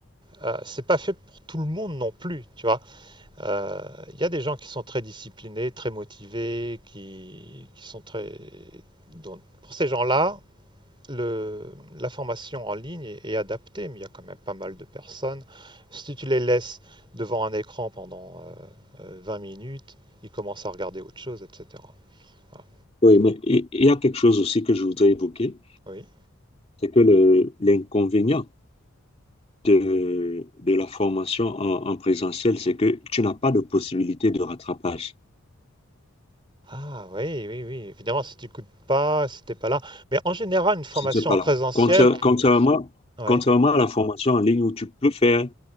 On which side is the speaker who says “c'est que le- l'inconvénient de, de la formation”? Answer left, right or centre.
Left